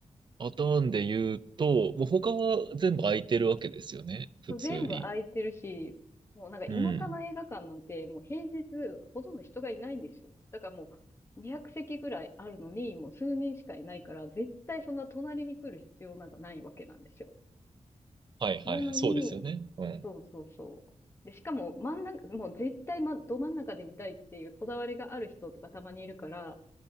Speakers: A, on the right; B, on the left.
A: パターンで言うと、もう他は全部空いてるわけですよね。普通に。
B: 全部空いてるし、もうなんか田舎の映画館なんてもう平日ほとんど人がいないんですよ。
A: うん。
B: だからもう200席ぐらいあるのにもう数人しかいないから絶対そんな隣に来る必要なんかないわけなんですよ。
A: はいはいはい。
B: なのに、
A: そうですよね。うん。
B: そうそうそう。で、しかも真ん中、もう絶対、ま、ど真ん中で見たいっていうこだわりがある人とかたまにいるから、